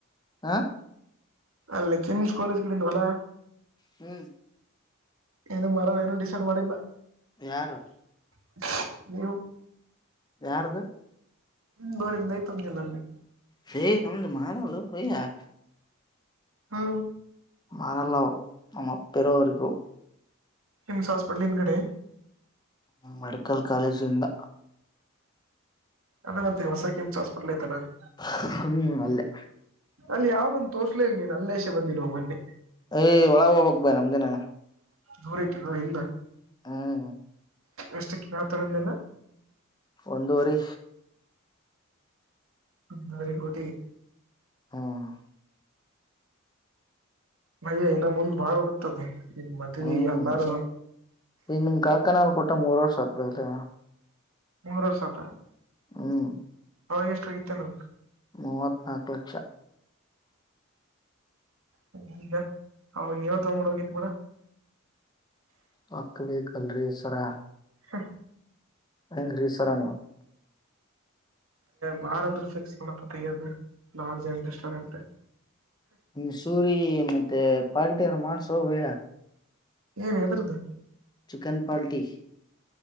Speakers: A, on the left; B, on the right.
A: ಆ
B: ಆ ಲೇಖಿನ್ಸ್ ಕಾಲೇಜ್ ಕಡೆಯಿಂದ ಅಲಾ
A: ಹ್ಮ
B: ಏನು ಮರ ಏನು ಡಿಸೈಡ್ ಮಾಡಿಲ್ಲ
A: ಯಾರು
B: <unintelligible> ನೀವು
A: ಯಾರ್ದ್
B: ಹ್ಮ್ <unintelligible> ಐತ್ ಅಂದೇ ಅಲಾ ಅಲ್ಲಿ
A: ಹೇ ನಮ್ದ <unintelligible>
B: ಹಾ
A: ಮರಲ್ಲವ್ <unintelligible> ಬೇರೆ ಅವರಿಗೂ
B: ಕಿಮ್ಸ್ ಹಾಸ್ಪಿಟಲ್ ಹಿಂದ್ಗಡೆ
A: ಹ್ಮ ಮೆಡಿಕಲ್ ಕಾಲೇಜ್ ಇಂದ
B: ಅಲ್ಲ ಮತ್ತೆ ಹೊಸ ಕೆಮ್ಸ್ ಹಾಸ್ಪೆಟ್ಲ್ ಐತಲ ಅಲ್ಲ್
A: ಹ್ಮ್ ಅಲ್ಲೇ
B: ಅಲ್ಲಿ ಯಾವ್ದ್ನಂತ್ ತೋರ್ಸಲೆ ಇಲ್ಲ ನೀನ್ ಅಲ್ಲೇ ಎಷೆ ಬಂದಿಲ್ವಾ ಮಂಡೇ
A: ಏ ಒಳಗ್ ಹೋಗ್ಬೇಕ್ ಬಾ ನಮ್ದಿನ.
B: <unintelligible> ಹಿಂದ
A: ಹ್ಮ್
B: ಇಷ್ಟ ಕೇಳ್ತಾರ್ ಅಂದ್ಯಲ್ಲ
A: ಒಂದೂವರಿ
B: ಒಂದುವರಿ ಕೋಟಿ
A: ಹ್ಮ್
B: ಮಯ್ಯ ಇನ್ನು ಮುಂದ್ ಬಾಳ್ ಹೋಗತದೆ ನಿನ್ ಮದ್ವಿ
A: ಹ್ಮ್
B: ಎಲ್ಲಾರು
A: ಈಗ ನಿಮ್ ಕಾಕನಾಲ್ ಕೊಟ್ಟ ಮೂರ್ ವರ್ಷ ಆದ್ಮೇಲೆ
B: ಮೂರ್ ವರ್ಷ್ ಆತ
A: ಹ್ಮ
B: ಅವಾಗ್ ಎಸ್ಟ್ ಆಗಿತ್ತೇನೋ
A: ಮುವ್ವತ್ತ್ನಾಲ್ಕ್ ಲಕ್ಷ
B: <unintelligible> ಅವಗ್ ನೀವ ತಗಬಿಡ್ಬೇಕಿತ್ತ ನೋಡ
A: ರೊಕ್ಕ್ ಬೇಕಲ್ರಿ ಸರ
B: ಹ
A: ಹೆಂಗ್ ರಿ ಸರ್ ನೀ
B: ಬಾರಂದ್ರ ಫಿಕ್ಸ್ ಮಾಡಪ್ಪ ತೆಗಿಯೋದ ಲಾರ್ಡ್ ಜೆಂ ರೆಸ್ಟೋರೆಂಟ್
A: ನಿ್ ಸೂರಿ ಮತ್ತೆ ಪಾರಟ ಯಾರ ಮಾಡ್ಸ ಬೈ
B: ಏನ್ ಇದ್ರ್ದು
A: ಚಿಕನ್ ಪಲ್ಟಿ